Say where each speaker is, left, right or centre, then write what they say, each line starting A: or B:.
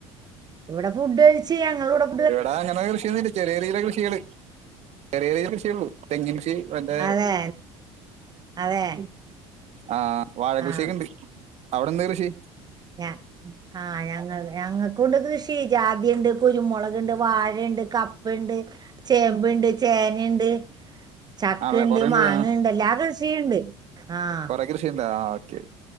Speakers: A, on the right; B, on the right.
A: ഇവിടെ ഫുഡ് കഴിച്ച് ഞങ്ങള് ഇവടെ
B: എടാ അങ്ങനെ കൃഷിയൊന്നുല്ല ചെറിയ ചെറിയ കൃഷികള് ചെറിയ ചെറിയ കൃഷിയൊള്ളു തെങ്ങിൻ കൃഷി മറ്റേ
A: അതെ അതെ
B: ആഹ് വാഴ
A: ആ
B: കൃഷിയൊക്കെണ്ട് അവിടെ എന്താ കൃഷി
A: ഞാൻ ആഹ് ഞങ്ങള് ഞങ്ങൾക്കൂണ്ട് കൃഷി ജാതിണ്ട് കുരുമുളക്ണ്ട് വാഴണ്ട് കപ്പണ്ട് ചേമ്പുണ്ട് ചേനണ്ട് ചക്കയുണ്ട്
B: ആണല്ലേ കൊറേ ഉണ്ടല്ലേ
A: മാങ്ങയുണ്ട് എല്ലാ കൃഷിയുണ്ട് ആഹ്
B: കൃഷിയുണ്ടോ ആഹ് ഓക്കെ